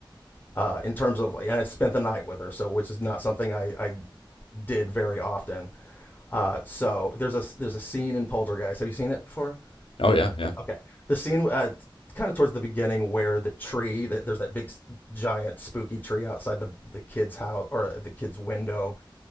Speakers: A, on the left (about 20°); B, on the left (about 80°).
A: uh, in terms of and I spent the night with her, so which is not something I, I did very often. Uh, so there's a there's a scene in Poltergeist. Have you seen it before?
B: oh yeah yeah
A: Okay, the scene uh, kind of towards the beginning where the tree that there's that big giant spooky tree outside the the kid's house or the kid's window,